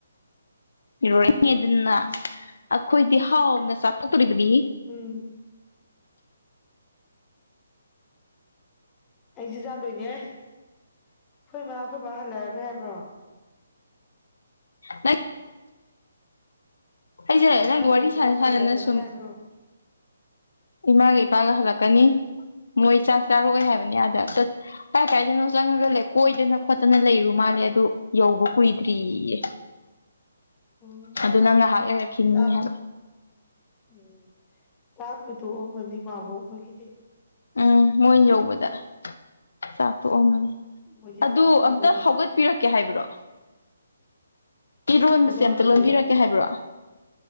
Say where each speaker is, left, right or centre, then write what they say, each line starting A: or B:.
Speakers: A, on the left (about 75°); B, on the left (about 20°).
A: ꯏꯔꯣꯏ ꯑꯗꯨꯅ ꯑꯩꯈꯣꯏꯗꯤ ꯍꯥꯎꯅ ꯆꯥꯊꯣꯛꯇꯣꯔꯤꯕꯅꯤ
B: ꯎꯝ ꯎꯝ ꯑꯩꯁꯦ ꯌꯥꯥꯗꯣꯏꯅꯦ ꯑꯩꯈꯣꯏ ꯃꯥꯕꯥ ꯑꯩꯈꯣꯏ ꯃꯥꯕꯥ ꯍꯜꯂꯑꯦ ꯍꯥꯏꯕ꯭ꯔꯣ
A: ꯅꯪ ꯑꯩꯖꯦ
B: ꯏꯃꯥꯒ
A: ꯅꯪꯒ ꯋꯥꯔꯤ
B: ꯏꯄꯥꯒ
A: ꯁꯥꯟꯅ ꯁꯥꯟꯅꯅ
B: ꯍꯜꯂꯛꯑꯔꯣꯏ
A: ꯁꯨꯝ
B: ꯍꯥꯏꯕ꯭ꯔꯣ
A: ꯏꯃꯥꯒ ꯏꯄꯥꯒ ꯍꯜꯂꯛꯀꯅꯤ ꯃꯣꯏ ꯆꯥꯛ ꯆꯥꯔꯛꯑꯣꯏ ꯍꯥꯏꯕꯅꯤ ꯑꯥꯗ ꯀꯥꯏ ꯀꯥꯏꯗꯅꯣ ꯆꯪꯉꯒ ꯂꯩ ꯀꯣꯏꯗꯅ ꯈꯣꯠꯇꯅ ꯂꯩꯔꯨ ꯃꯥꯜꯂꯦ ꯑꯗꯨ ꯌꯧꯕ ꯀꯨꯏꯗ꯭ꯔꯤꯌꯦ <unintelligible>
B: ꯎꯝ
A: ꯑꯗꯨꯅ ꯉꯥꯏꯍꯥꯛ ꯂꯩꯔꯛꯈꯤꯅꯤ
B: ꯆꯥꯛ
A: ꯍꯥꯏꯕ
B: ꯎꯝ ꯆꯥꯛꯄꯨ ꯇꯣꯛꯑꯝꯃꯅꯤ ꯃꯥꯕꯣꯛ ꯈꯣꯏꯒꯤꯗꯤ
A: ꯎꯝ ꯃꯣꯏ ꯌꯧꯕꯗ ꯆꯥꯛꯊꯣꯛꯑꯝꯃꯅꯤ
B: ꯃꯣꯏꯗꯤ
A: ꯑꯗꯨ
B: ꯆꯥꯛ ꯉꯟꯕꯅꯦ
A: ꯑꯝꯇ ꯍꯧꯒꯠ ꯄꯤꯔꯛꯀꯦ ꯍꯥꯏꯕ꯭ꯔꯣ ꯏꯔꯣꯟꯕꯁꯦ
B: ꯀꯩꯗꯧꯔꯒꯦ
A: ꯑꯝꯇ ꯂꯣꯟꯕꯤꯔꯛꯀꯦ ꯍꯥꯏꯕ꯭ꯔꯣ